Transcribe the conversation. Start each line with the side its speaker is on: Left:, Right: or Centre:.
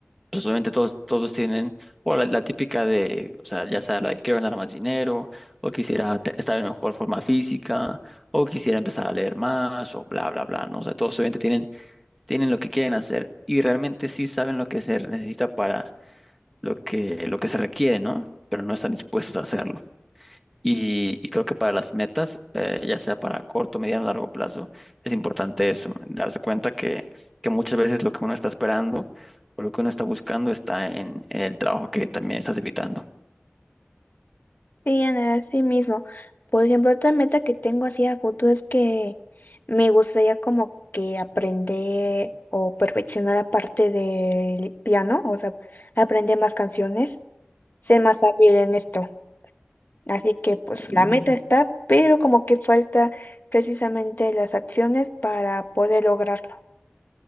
Centre: pues obviamente todos, todos tienen, o la, la típica de, o sea, ya sea la de quiero ganar más dinero, o quisiera te- estar en mejor forma física, o quisiera empezar a leer más, o bla, bla, bla, ¿no? O sea, todos obviamente tienen, tienen lo que quieren hacer y realmente sí saben lo que se necesita para lo que, lo que se requiere, ¿no? Pero no están dispuestos a hacerlo. Y, y creo que para las metas, eh, ya sea para corto, mediano o largo plazo, es importante eso, darse cuenta que, que muchas veces lo que uno está esperando o lo que uno está buscando está en, en el trabajo que también estás evitando.
Left: Sí, Ana, así mismo. Por ejemplo, otra meta que tengo así a futuro es que me gustaría como que aprender o perfeccionar la parte del piano, o sea, aprender más canciones, ser más hábil en esto. Así que pues
Centre: Ujú.
Left: la meta está, pero como que falta precisamente las acciones para poder lograrlo.